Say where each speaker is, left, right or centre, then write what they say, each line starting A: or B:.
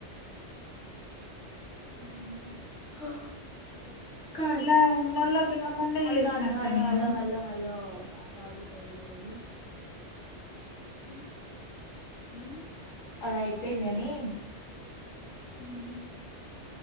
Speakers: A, on the left (about 50°); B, on the left (about 90°).
A: హుమ్మ్
B: హా కాద్
A: ఇలా ఉన్నోళ్ళకి కాకుండా చేసిన
B: కాదు కాదు
A: అక్క
B: హలో
A: నేను
B: హలో హలో హలో ఆ టాపిక్ వదిలేయ్ కానీ
A: మ్మ్ హుమ్మ్
B: అలా అయిపోయింది కాని.
A: హుమ్